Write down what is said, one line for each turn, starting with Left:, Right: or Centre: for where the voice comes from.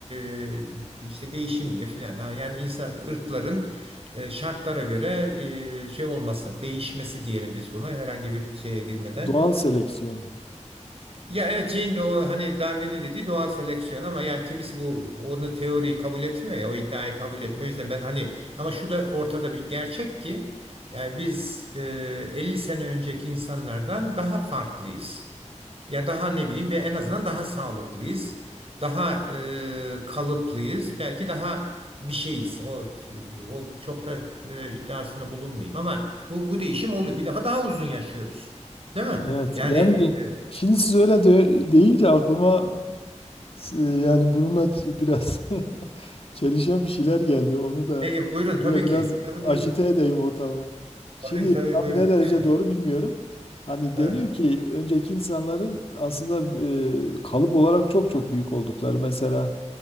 Right: e, işte değişim diyor filan. Ha, Yani insan ırkların e, şartlara göre e, şey olması, değişmesi diyelim biz buna herhangi bir şeye girmeden.
Left: Doğal seleksiyon.
Right: Ya evet şeyin o hani Darwin'in dediği doğal seleksiyon ama yani kimisi bu onu teoriyi kabul etmiyor ya o iddiayı kabul etmiyor. O yüzden ben hani ama şu da ortada bir gerçek ki yani biz e, 50 sene önceki insanlardan daha farklıyız. Ya daha ne bileyim bir en azından daha sağlıklıyız. Daha e, kalıplıyız. Belki daha bir şeyiz. O o çok da e, iddiasında bulunmayayım ama bu bu değişim oluyor. Bir defa daha uzun yaşıyoruz. Değil mi?
Left: Evet.
Right: Yani
Left: Yani
Right: e,
Left: şimdi siz öyle de- deyince aklıma e, yani bununla ç- biraz <laughs> çelişen bir şeyler geldi. Onu da
Right: Ege buyurun tabii
Left: böyle biraz
Right: ki. Tabii
Left: ajite
Right: buyurun.
Left: edeyim ortamı.
Right: Tabii
Left: Şimdi
Right: ki tabii
Left: tabii
Right: buyurun.
Left: ne derece
Right: <laughs>
Left: doğru bilmiyorum. Hani
Right: Evet.
Left: deniyor ki önceki insanların aslında e, kalıp olarak çok çok büyük oldukları. Mesela